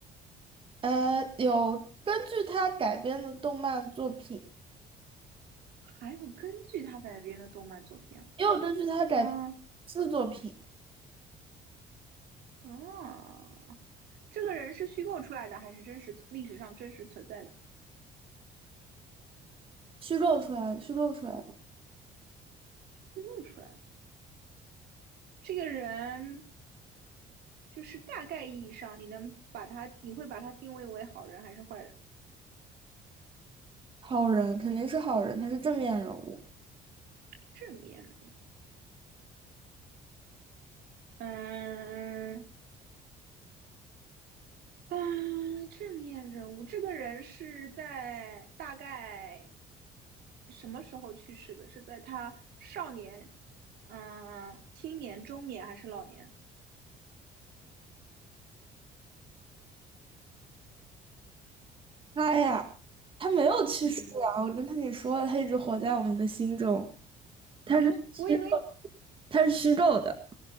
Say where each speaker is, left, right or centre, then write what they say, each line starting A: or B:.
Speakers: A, on the right (about 30°); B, on the right (about 70°).
A: <laughs> 呃，有根据他改编的动漫作品，
B: 还有根据他改编的动漫作品
A: 也有根据他改编的作品
B: 啊？嗯、啊，这个人是虚构出来的还是真实历史上真实存在的？
A: 虚构出来的，虚构出来的
B: 虚构出来的。这个人就是大概意义上，你能把他，你会把他定位为好人还是坏人？
A: 好人肯定是好人，他是正面人物。
B: 正面人物，嗯嗯，正面人物。这个人是在大概什么时候去世的？是在他少年、嗯、青年、中年还是老年？
A: 他呀，他没有去世啊，
B: 嗯
A: 我跟他你说了，他一直活在我们的心中，他是虚构，
B: 啊，我以为
A: 他是虚构的。